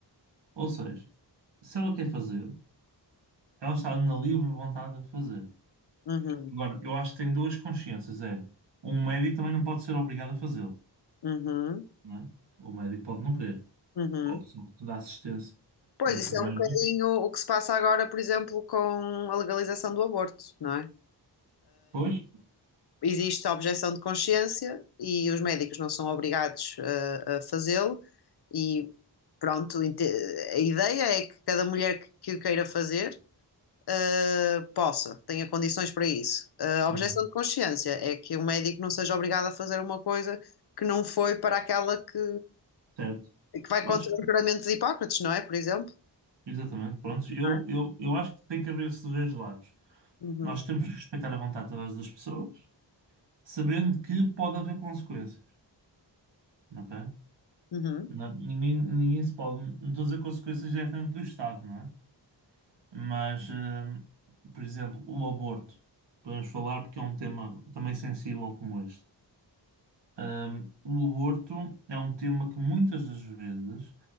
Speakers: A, on the right; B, on the left.
A: Ou seja, se ela quer fazer. Elas estavam na livre vontade a fazer.
B: uhum,
A: Agora, eu acho que tem duas consciências. É, um médico também não pode ser obrigado a fazê-lo,
B: uhum, uhum,
A: não é? O médico pode não querer.
B: uhum,
A: Ou a pessoa que te dá assistência.
B: Pois,
A: Um enfermeiro.
B: isso é um bocadinho o que se passa agora, por exemplo, com a legalização do aborto, não é?
A: Pois,
B: Existe a objeção de consciência e os médicos não são obrigados uh, a, fazê-lo e pronto, inte- a ideia é que cada mulher que, que o queira fazer uh, possa, tenha condições para isso. Uh, a
A: uhum,
B: objeção de consciência é que o médico não seja obrigado a fazer uma coisa que não foi para aquela que,
A: certo.
B: que vai
A: Mas,
B: contra o juramento de Hipócrates, não é? Por exemplo,
A: exatamente, pronto. Eu,
B: não é?
A: eu, eu acho que tem que haver esses dois lados.
B: Uhum,
A: Nós temos que respeitar a vontade de todas as pessoas, sabendo que pode haver consequências, ok?
B: uhum,
A: Não- ninguém, ninguém se pode. Não estou a dizer consequências diretamente do Estado, não é? Mas, hum, por exemplo, o aborto. Podemos falar porque é um tema também sensível como este. Hum, o aborto é um tema que muitas das vezes